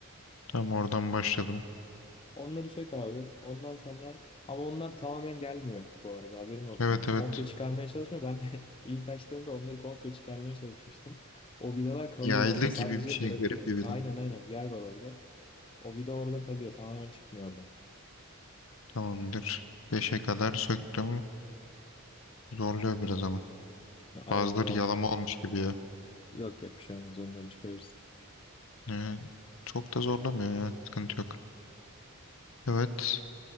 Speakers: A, on the left (about 70°); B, on the left (about 25°).
A: Tamam oradan başladım.
B: Onları sök abi. Ondan sonra ama onlar tamamen gelmiyor bu arada haberin olsun.
A: Evet evet.
B: Komple çıkarmaya çalışmıyor. Ben <laughs> ilk açtığımda onları komple çıkarmaya çalışmıştım. O vidalar kalıyor
A: Yaylı
B: orada.
A: gibi
B: Sadece
A: bir şey
B: bırakıyor.
A: garip bir bilen.
B: Aynen aynen. Yay var orada. O vida orada kalıyor. Tamamen çıkmıyor oradan.
A: Tamamdır. 5'e kadar söktüm. Zorluyor biraz ama.
B: Ya Aynen
A: Bazıları
B: biraz
A: yalama olmuş gibi ya.
B: yok yok bir şey olmaz. Onları çıkarırsın.
A: Ee, çok da zorlamıyor ya. Sıkıntı yok. Evet.